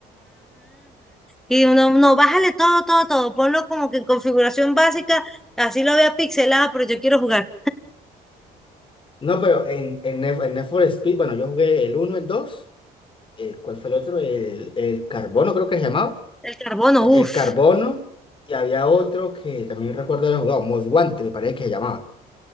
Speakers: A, in the centre; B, on the left (about 30°).
A: Y uno no, bájale todo, todo, todo. Ponlo como que en configuración básica, así lo vea pixelado, pero yo quiero jugar.
B: No, pero en, en, Need, en Need for Speed, bueno, yo jugué el uno el 2, eh, ¿cuál fue el otro? El, el Carbono, creo que se llamaba.
A: El carbono,
B: Eh, El,
A: uff.
B: Carbono. Y había otro que también recuerdo haber jugado, Most Wanted, me parece que se llamaba.